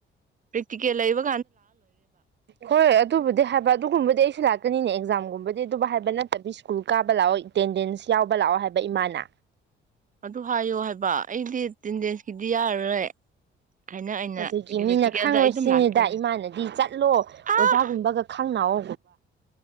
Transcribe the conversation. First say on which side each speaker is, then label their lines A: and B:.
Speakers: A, on the right (about 40°); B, on the right (about 60°).
A: ꯄꯔꯤꯤꯀꯤꯑꯂ ꯏꯒ
B: ꯍꯣꯏ ꯑꯗꯨꯕꯨꯗꯤ ꯍꯥꯏꯕ ꯑꯗꯨꯒꯨꯝꯕꯗꯤ ꯑꯩꯁꯨ ꯂꯥꯛꯀꯅꯤꯅꯦ ꯑꯦꯛꯖꯥꯝꯒꯨꯝꯕꯗꯤ ꯑꯗꯨꯕꯨ ꯍꯥꯏꯕ ꯅꯠꯇꯕꯤ ꯁ꯭ꯀꯨꯜ ꯀꯥꯕ ꯂꯥꯛꯑꯣ ꯑꯦꯇꯦꯟꯗꯦꯟꯁ ꯌꯥꯎꯕ ꯂꯥꯛꯑꯣ ꯍꯥꯏꯕ ꯏꯃꯥꯅ
A: ꯑꯗꯨ ꯍꯥꯏꯌꯣ ꯍꯥꯏꯕ ꯑꯩꯗꯤ ꯑꯦꯦꯟꯗꯦꯟꯁꯀꯤꯗꯤ ꯌꯥꯔꯔꯣꯏ ꯍꯥꯏꯅ ꯑꯩꯅ
B: ꯑꯗꯨꯒꯤ ꯃꯤꯅ
A: ꯄ꯭ꯔꯦꯛꯇꯤꯀꯦꯜꯗ
B: ꯈꯪꯉꯣꯏꯁꯤꯅꯤꯗ
A: ꯑꯩ ꯑꯗꯨꯝ ꯂꯥꯛꯀꯦ
B: ꯏꯃꯥꯅꯗꯤ ꯆꯠꯂꯣ
A: ꯑꯥ
B: ꯑꯣꯖꯥꯒꯨꯝꯕꯒ ꯈꯪꯅꯎ